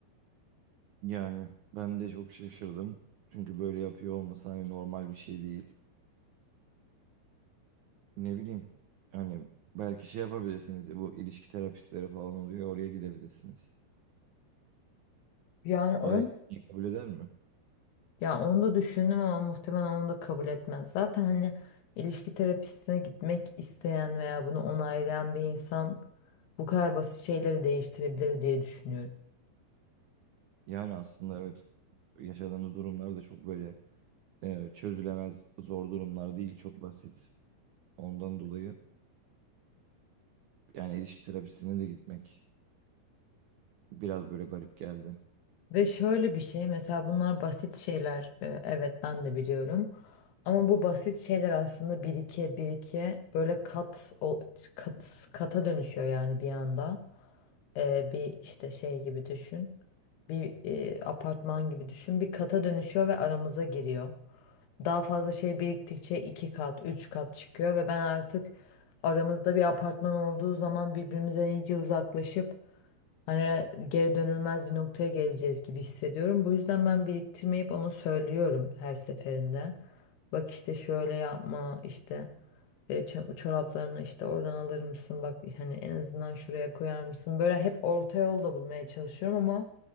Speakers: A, on the right; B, on the left.
A: Yani ben de çok şaşırdım. Çünkü böyle yapıyor olması hani normal bir şey değil. Ne bileyim hani belki şey yapabilirsiniz bu ilişki terapistleri falan oluyor oraya gidebilirsiniz.
B: Yani onu,
A: Oraya gitmeyi kabul eder mi?
B: ya onu da düşündüm ama muhtemelen onu da kabul etmez. Zaten hani ilişki terapistine gitmek isteyen veya bunu onaylayan bir insan bu kadar basit şeyleri değiştirebilir diye düşünüyorum.
A: Yani aslında evet yaşadığınız durumlar da çok böyle e, çözülemez zor durumlar değil çok basit. Ondan dolayı yani ilişki terapisine de gitmek biraz böyle garip geldi.
B: Ve şöyle bir şey mesela bunlar basit şeyler e, evet ben de biliyorum. Ama bu basit şeyler aslında birike birike böyle kat ol- kat kata dönüşüyor yani bir anda. E, bir işte şey gibi düşün. Bir e, apartman gibi düşün. Bir kata dönüşüyor ve aramıza giriyor. Daha fazla şey biriktikçe iki kat, üç kat çıkıyor ve ben artık aramızda bir apartman olduğu zaman birbirimize iyice uzaklaşıp Hani geri dönülmez bir noktaya geleceğiz gibi hissediyorum. Bu yüzden ben biriktirmeyip ona söylüyorum her seferinde. Bak işte şöyle yapma işte e, ça- çoraplarını işte oradan alır mısın? Bak hani en azından şuraya koyar mısın? Böyle hep orta yol da bulmaya çalışıyorum ama